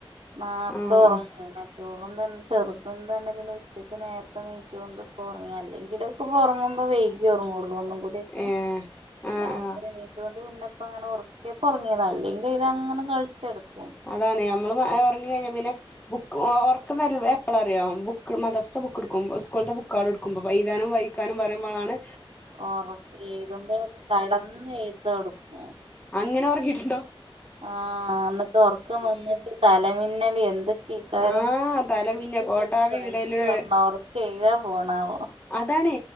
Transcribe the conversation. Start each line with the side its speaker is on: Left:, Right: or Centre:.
Right: നേർത്തെ
Left: ആഹ്
Right: ഉറങ്ങി
Left: ആഹ്
Right: മറ്റോളും തന്നെ ചെറുതും തന്നെ പിന്നെ ഉച്ചക്ക് നേരത്തെ എണീറ്റോണ്ട് ഇപ്പോ ഒറങ്ങി അല്ലെങ്കിലൊക്കെ ഉറങ്ങുമ്പോ വൈകി ഉറങ്ങുള്ളൂ ഒന്നും കുടെയൊക്കെ
Left: ഏഹ് ആഹ്
Right: നേരത്തേ
Left: ആഹ്
Right: എണീറ്റ കൊണ്ട് പിന്നെ ഇപ്പം അങ്ങനെ ഒറ യപ്പം ഒറങ്ങിയതാ അല്ലെങ്കിൽ ഇത് അങ്ങനെ കളിച്ച് നടക്കും
Left: അതാണ് നമ്മളും ഉറങ്ങി കഴിഞ്ഞാ പിന്നെ ബുക്ക് ഉറക്കം വരും എപ്പഴാ അറിയോ ബുക്ക് മദരസ ബുക്ക് എടുക്കുമ്പം സ്കൂളിലത്തെ ബുക്ക്‌ ആണ് എടുക്കുമ്പം എഴുതാനും വായിക്കാനും പറയുമ്പോളാണ്
Right: <unintelligible> എഴുതുമ്പോൾ കിടന്ന് <unintelligible> കൊടുക്കും
Left: അങ്ങനെ ഉറങ്ങീട്ടുണ്ടോ
Right: ആ എന്നിട്ട് ഉറക്കം വന്നിട്ട് തലമിന്നല് എന്തൊ ക്യാരം
Left: ആഹ് തല
Right: <unintelligible>
Left: മിന്ന കോട്ടാവി ഇടല്
Right: പോണാവോ
Left: അതാണ്